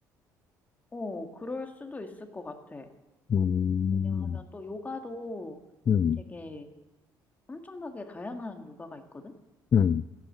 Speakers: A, on the left (about 20°); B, on the left (about 40°).
A: 어, 그럴 수도 있을 것 같아.
B: 음,
A: 왜냐하면 또 요가도
B: 음,
A: 되게 엄청나게 다양한 요가가 있거든?
B: 음,